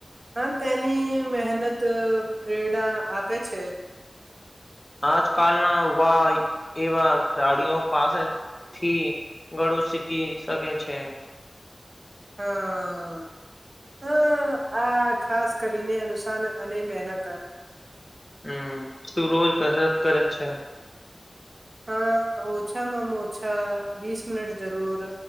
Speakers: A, on the right (about 45°); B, on the left (about 25°).
A: હ તેની મહેનત પ્રેરણા આપે છે
B: આજકાલના વા એવા ખેલાડીઓ પાસેથી ગળું શીખી શકે છે
A: હા હ આ ખાસ કરીને અનુસાન અને મહેનત
B: હમ તું રોજ કસરત કરે છે
A: હા ઓછા મામ ઓછા બીસ મિનટ જરૂર